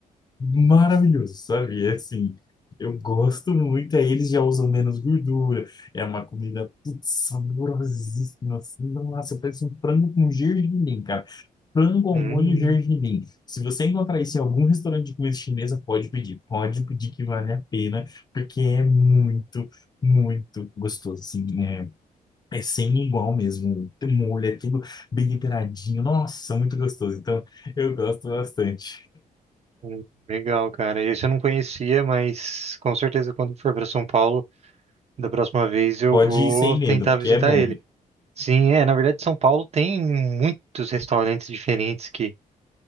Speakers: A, on the left; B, on the right.
A: maravilhoso, sabe? É assim, eu gosto muito. Aí eles já usam menos gordura. É uma comida, putz, saborosíssima. Assim, nossa, parece um frango com gergelim, cara. Frango ao
B: Hum,
A: molho gergelim. Se você encontrar isso em algum restaurante de comida chinesa, pode pedir. Pode pedir que vale a pena, porque é muito, muito gostoso, assim, é É sem igual mesmo. Tem molho, é tudo bem temperadinho. Nossa, muito gostoso. Então, eu gosto bastante.
B: hum, legal, cara. Esse eu não conhecia, mas com certeza quando for para São Paulo Da próxima vez eu
A: Pode
B: vou
A: ir sem
B: tentar
A: medo, porque
B: visitar
A: é bom.
B: ele. Sim, é, na verdade São Paulo tem muitos restaurantes diferentes que,